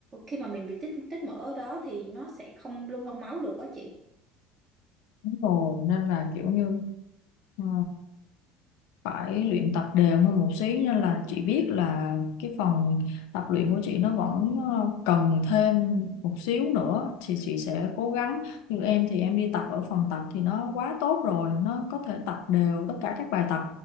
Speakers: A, on the right (about 20°); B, on the left (about 85°).
A: khi mà mình bị tích tích mỡ ở đó thì nó sẽ không lưu thông máu được đó chị.
B: Đúng rồi nên là kiểu như Ờ, phải luyện tập đều hơn một xí nên là chị biết là cái phần tập luyện của chị nó vẫn ờ, cần thêm một xíu nữa thì chị sẽ cố gắng như em thì em đi tập ở phòng tập thì nó quá tốt rồi nó có thể tập đều tất cả các bài tập